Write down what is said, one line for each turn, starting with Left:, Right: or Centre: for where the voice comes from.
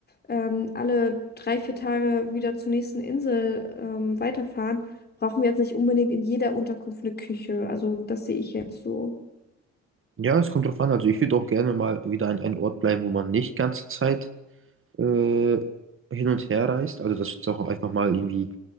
Left: ähm, alle drei, vier Tage wieder zur nächsten Insel ähm, weiterfahren, brauchen wir jetzt nicht unbedingt in jeder Unterkunft eine Küche. Also das sehe ich jetzt so.
Right: Ja, es kommt drauf an. Also ich würde auch gerne mal wieder an einem Ort bleiben, wo man nicht ganze Zeit äh, hin und her reist. Also dass wir uns auch einfach mal irgendwie